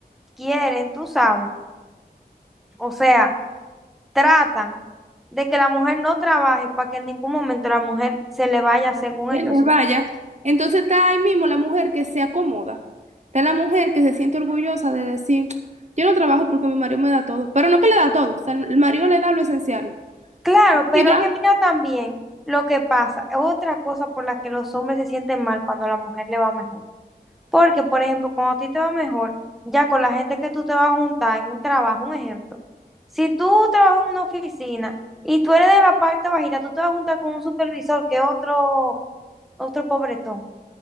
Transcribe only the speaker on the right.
se
les
vaya. Entonces está ahí mismo la mujer que se acomoda. Está la mujer que se siente orgullosa de decir, yo no trabajo porque mi marido me da todo. Pero no que le da todo, o sea, el marido le da lo esencial.
y da